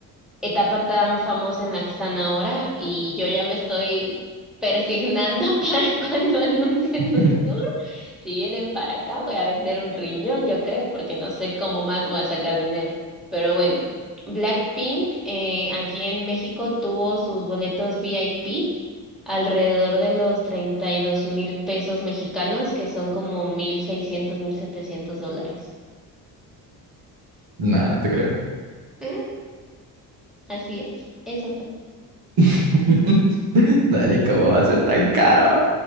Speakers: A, in the centre; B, on the right.
A: etapa tan famosa en la que están ahora y yo ya me estoy persignando <laughs> para cuando anuncien
B: <laughs>
A: un tour. Si vienen para acá voy a vender un riñón, yo creo, porque no sé cómo más voy a sacar dinero. Pero bueno, Blackpink eh, aquí en México tuvo sus boletos VIP alrededor de los treinta y dos mil pesos mexicanos, que son como mil seiscientos mil setecientos dólares.
B: Nah, no te creo.
A: Mm, Así es, eso fue.
B: <laughs> Dani, ¿cómo va a ser tan caro?